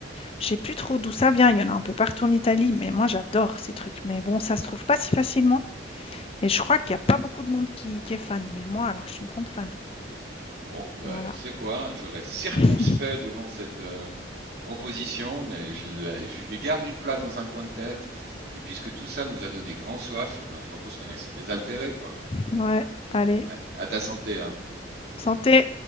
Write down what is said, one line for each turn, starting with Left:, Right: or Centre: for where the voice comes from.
Left: Je sais plus trop d'où ça vient, il y en a un peu partout en Italie, mais moi j'adore ces trucs. Mais bon, ça se trouve pas si facilement et je crois qu'il y a pas beaucoup de monde qui, qui est fan. Mais moi, alors, je suis une grande fan.
Right: Bon, bah,
Left: Voilà.
Right: tu sais quoi, je reste circonspect
Left: <laughs>
Right: devant cette, euh, proposition, mais je, la- je- je garde une place dans un coin de tête. Et puisque tout ça nous a donné grand soif, eh ben, je propose qu'on aille se désaltérer, quoi.
Left: Ouais, allez,
Right: À, à ta santé, hein.
Left: santé!